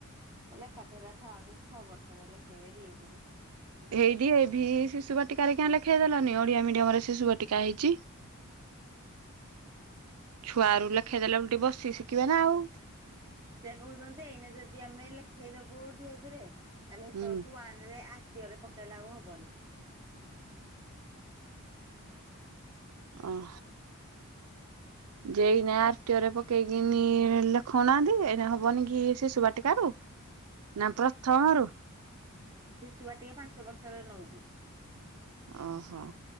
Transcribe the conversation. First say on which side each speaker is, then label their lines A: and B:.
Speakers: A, on the right; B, on the right.
A: କହିଲା ଏକାଥରେ ଥାନ୍ତୁ ଛଅ ବର୍ଷର ହେଲେଖେଇବେ ଡି ଏ ଭି ରେ। କଣ
B: ଏଇଠି ଏ ବି ଶିଶୁ ବାଟିକା କିଆଁ ଲେଖେଇଦେଲନି ଓଡିଆ ମିଡିୟମ୍ ରେ ଶିଶୁ ବାଟିକା ହେଇଛି।
A: <inaudible>
B: ଛୁଆ ରୁ
A: ପାଇଁ
B: ଲେଖେଇ ଦେଲେ ଓଲଟି ବସିକି ଶିଖିଇବେ ନା ଆଉ।
A: ସେ କହୁଛନ୍ତି ଏଇନେ ଯଦି ଆମେ ଲେଖେଇଦବୁ ଡି ଏ ଭି ରେ ତାହେଲେ ସେତେବେଳକୁ
B: ହୁଁ।
A: ୱାନ ରେ ଆ ଟିଅରେ ପକେଇଲା ଆଉ ହବନି।
B: ଓହୋ
A: ହୁଁ
B: ଯେଇନା ର୍। ତିଅରେ ପକେଇକିନିଲେ ଖଉନାହାନ୍ତି ଏଇନା ହବନି କି ସେ ଶୁବାଟିକ ରୁ? ନା ପ୍ରଥମରୁ।
A: ଶିଶୁବାଟିକା ପାଞ୍ଚ ବର୍ଷର ନଉଛି।
B: ଓହୋ।